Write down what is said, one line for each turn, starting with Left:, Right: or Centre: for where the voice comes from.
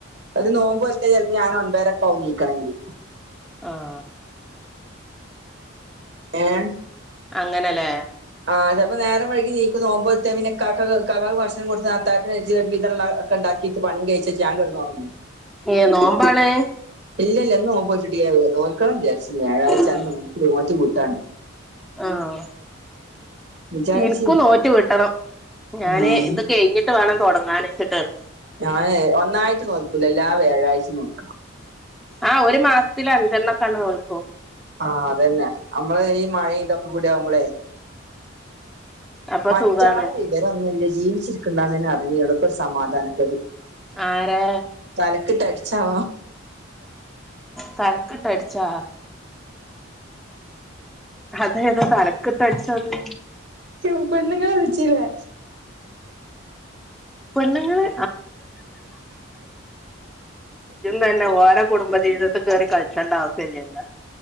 Right: ഒരു നോമ്പോൽത്ത ചെൽപ്പ ഞാനൊമ്പേരെക്കാവും ന്നീക്കണങ്കി.
Centre: ആഹ്
Right: ഏഹ്.
Centre: അങ്ങന ലേ.
Right: ആഹ് ചൽപ്പ നേരം വഴ്കി നീക്കു നോമ്പോറ്റ പിന്നെ ഇകാക്കക്ക് ഇക്കാക്കാക്ക് ഭക്ഷണം കൊടുത്ത ത്താക് <unintelligible> ഒരുവിതള്ള ഒക്കെണ്ടാക്കിട്ട് പണിം കയ്ച്ച ച്ച് ഞാ കെടന്നൊറങ്ങു.
Centre: ഏഹ് നോമ്പാണ്.
Right: ഇല്ലല്ല ന്ന് നോമ്പോട്ടില്ല ട്ടിയ നോൽക്കണം വിചാര്നി വ്യാഴാഴ്ച
Centre: ആഹ്
Right: അന്ന് ന്നോറ്റ് വീട്ടാ
Centre: ആഹ്
Right: വിചാരിച്ചിരുന്നു
Centre: ഇൻക്കു നോറ്റ് വിട്ടണം. ഞാന്
Right: ആ
Centre: ത് കയ്ഞ്ഞിട്ട് വേണം തൊട്ങ്ങാന് ച്ച്ട്ടാണ്.
Right: ഞാന് ഒന്നായ്ട്ട് നോൽക്കൂല എല്ലാ വ്യാഴായ്ചി നോക്കണം.
Centre: ആഹ് ഒരു മാസ്ത്തില് അഞ്ചെണ്ണക്കാണ് നോൽക്കു
Right: ആഹ് അതന്നെ അമ്മള് ഈ മഴി തൊക്കെകൂട്യാവുമ്പളേ.
Centre: അപ്പൊ
Right: മറ്റങ്ങളെ
Centre: സുഖാണ്
Right: വിവരൊന്നുല്ല ജീവിച്ചിരിക്ണ്ടാന്ന്ന്നെ അറിഞ്ഞുട ഇപ്പ രു സമാധാനക്കേട്.
Centre: ആരാ.
Right: തലക്കിട്ടട്ച്ചാവോ.
Centre: തല്ക്കിട്ടട്ച്ചാ. ഹതെതാ തലക്ക്ട്ടട്ച്ചത്.
Right: യു പെണ്ണ്ങ്ങളെ വിൾച്ചിലെ.
Centre: പെണ്ണുങ്ങള് ഇത് എന്ന് അല്ല ഓര കുടുംബജീവിതത്തി കയറി കളിക്കേണ്ട ആവശ്യം ഇല്ലലോ